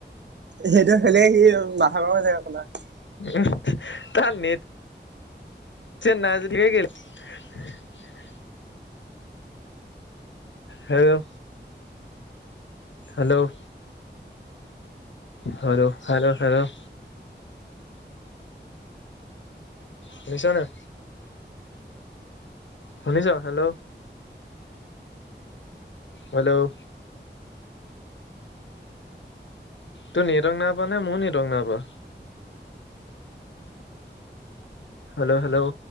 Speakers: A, on the right; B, on the left.
A: সেইটো খেলে সি মাথা গৰম হৈ থাকে <unintelligible>
B: <unintelligible> hello, hello hello hello hello শুনিছ নাই শুনিছ হেল্ল' হেল্ল' তোৰ নেটৱৰ্ক নাই পোৱানে মোৰ নেটৱৰ্ক নাইপোৱা হেল্ল' হেল্ল'